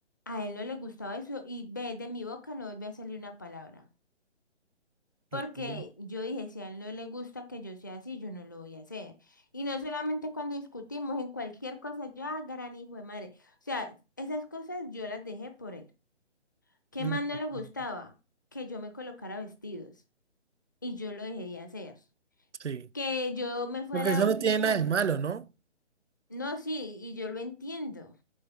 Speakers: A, on the left (about 15°); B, on the right (about 75°).
A: A él no le gustaba eso y ve, de mi boca no volvió a salir una palabra. Porque
B: Ok. Mm,
A: yo dije, si a él no le gusta que yo sea así, yo no lo voy a hacer. Y no solamente cuando discutimos, en cualquier cosa, yo, ah, gran hijo de madre. O sea, esas cosas yo las dejé por él. ¿Qué
B: mm,
A: más
B: mm.
A: no le gustaba? Que yo me colocara vestidos. y yo lo dejé de hacer.
B: Sí.
A: Que yo me fuera
B: Porque eso
A: un
B: no
A: fin
B: tiene
A: de
B: nada
A: semana.
B: de malo, ¿no?
A: No, sí, y yo lo entiendo.